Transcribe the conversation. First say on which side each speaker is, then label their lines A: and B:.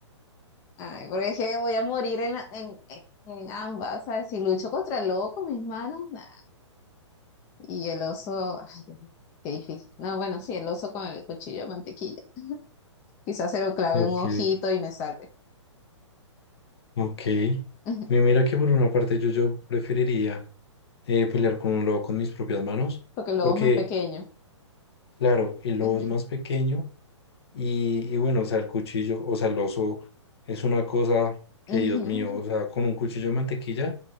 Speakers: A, on the left; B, on the left.
A: Ay, porque es que voy a morir en, la- en, en- en ambas, ¿sabes? Si lucho contra el lobo con mis manos, nah. Y el oso, ay, Dios mío, qué difícil. No, bueno, sí, el oso con el cuchillo de mantequilla. Quizás se lo clave
B: Ok,
A: en un ojito y me salve.
B: ok.
A: <laughs>
B: Mi- Mira que por una parte yo, yo preferiría eh, pelear con un lobo con mis propias manos,
A: porque el lobo
B: porque
A: es más pequeño.
B: Claro, el lobo
A: <laughs>
B: es más pequeño y, y bueno, o sea, el cuchillo, o sea, el oso es una cosa que,
A: Ujú,
B: Dios mío, o sea, con un cuchillo de mantequilla